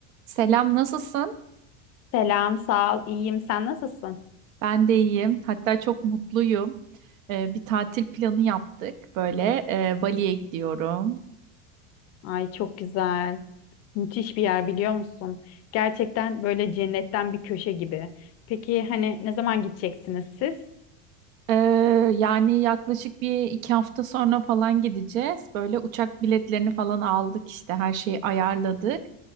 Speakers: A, on the right (about 85°); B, on the left (about 40°).
A: Selam, nasılsın?
B: Selam, sağ ol. İyiyim. Sen nasılsın?
A: Ben de iyiyim. Hatta çok mutluyum. Ee, bir tatil planı yaptık. Böyle e, Bali'ye gidiyorum.
B: Ay çok güzel. Müthiş bir yer biliyor musun? Gerçekten böyle cennetten bir köşe gibi. Peki hani ne zaman gideceksiniz siz?
A: Ee, yani yaklaşık bir iki hafta sonra falan gideceğiz. Böyle uçak biletlerini falan aldık işte her şeyi ayarladık.